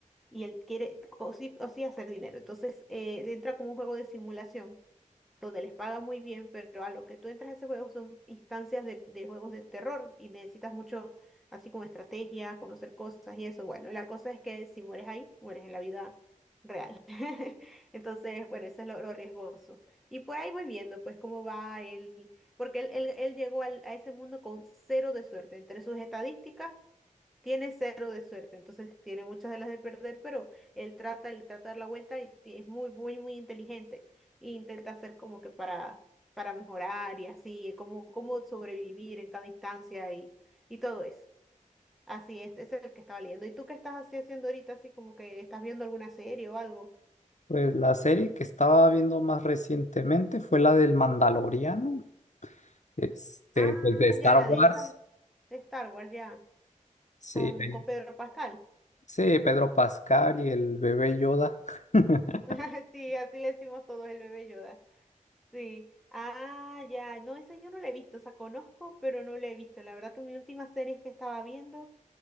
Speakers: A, in the centre; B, on the left.
A: y él quiere o sí, o sí hacer dinero. Entonces eh, entra como un juego de simulación donde les pagan muy bien, pero a lo que tú entras a ese juego son instancias de, de juegos de terror y necesitas mucho, así como estrategia, conocer cosas y eso. Bueno, la cosa es que si mueres ahí, mueres en la vida real. <laughs> Entonces, bueno, eso es lo, lo riesgoso. Y por ahí voy viendo, pues, cómo va él, porque él, él- él llegó al- a ese mundo con cero de suerte. Entre sus estadísticas, tiene cero de suerte, entonces tiene muchas de las de perder, pero él trata, él trata de dar la vuelta y ti- es muy, muy, muy inteligente. E intenta hacer como que para, para mejorar y así, eh, como, como sobrevivir en cada instancia y, y todo eso. Así es, ese es el que estaba leyendo. ¿Y tú qué estás así haciendo ahorita, así como que estás viendo alguna serie o algo?
B: Pues la serie que estaba viendo más recientemente fue la del Mandaloriano, este,
A: Ah,
B: pues de Star
A: ya, la
B: Wars.
A: de esas de Star Wars, ya,
B: Sí,
A: con,
B: ahí-
A: con Pedro Pascal.
B: sí, Pedro Pascal y el bebé Yoda. <laughs>
A: <laughs> Sí, así le decimos todos el bebé Yoda. Sí. Ah, ya. No, esa yo no la he visto. O sea, conozco, pero no la he visto. La verdad que mi última serie que estaba viendo,